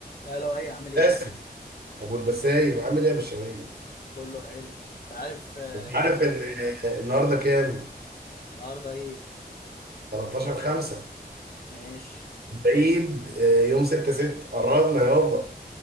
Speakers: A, on the left; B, on the right.
A: الو ايه عامل ايه
B: باسم ابو البسايم عامل ايه يا بشوية
A: كله حلو انت عارف آه،
B: انت عارف ان النهارده كام
A: النهارده ايه
B: 13 5
A: ماشي
B: العيد آه، يوم 6 6 قربنا يابا